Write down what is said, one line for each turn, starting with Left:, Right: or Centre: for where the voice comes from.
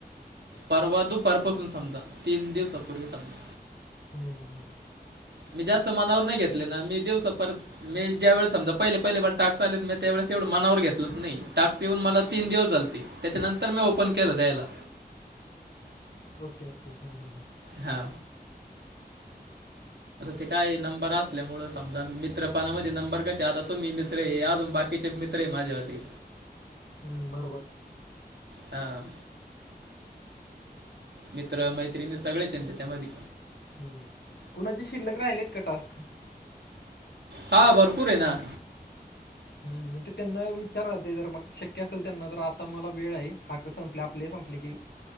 Right: परवा दुपारपासून समजा तीन दिवसापूर्वी समजा.
Left: हम् हम
Right: मी जास्त मनावर नाही घेतले ना मी दिवसा परत मी ज्यावेळी समजा पहिले पहिले मला टाक्स आलेत मी त्यावेळेस एवढं मनावर घेतलंच नाही टाक्स येऊन मला तीन दिवस झालते. त्याच्यानंतर मी ओपन केलं द्यायला.
Left: ओके ओके हम्म हम्म हम्म.
Right: हा. ते काय आहे नंबर असल्यामुळे समजा मित्रपणामध्ये नंबर कशे आता तुम्ही मित्र हे अजून बाकीचे मि त्रे माझ्यावरती
Left: हम्म बरोबर.
Right: हां. मित्र मैत्रिणी सगळेच येईन त्याच्यामध्ये.
Left: हम्म कुणाचे शिल्लक राहिलेत का टास्क.
Right: हा भरपूर हाय ना.
Left: हम्म ते त्यांना विचारा ते जर मग शक्य असेल त्यांना तर आता मला वेळ आहे हाक संपले आपले संप पले